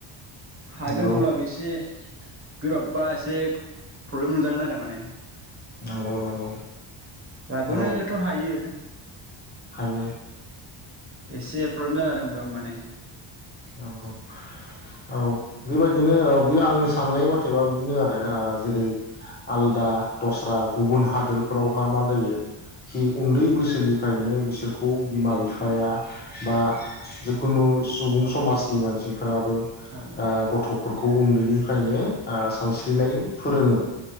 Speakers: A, on the right; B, on the left.
A: हागोन
B: नंगौ
A: अब्लाबो एसे गोब्राब बा एसे प्रब्लेम मोनजागोन आरो माने
B: नंगौ, नंगौ
A: लाबोनोथ'
B: औ
A: हायो।
B: हायो
A: एसे प्रब्लेम जागोन आरो होनबाबो माने
B: नंगौ औ बेबायदिनो औ बे आंनि साननाय मथेबा बिदिनो आरो आ जेरै आलदा दस्रा गुबुन हादोरफोरावहा मा जायो जि उन्दै
A: औ
B: बैसोनि उनदैनिफ्रायनो बिसोरखौ बिमा बिफाया बा जिखुनु सुबुं समाजनि मानसि फोराबो
A: औ
B: आ गथ'फोरखौ खौ उन्दैनिफ्रायनो आ सानस्रिनाय फोरोङो।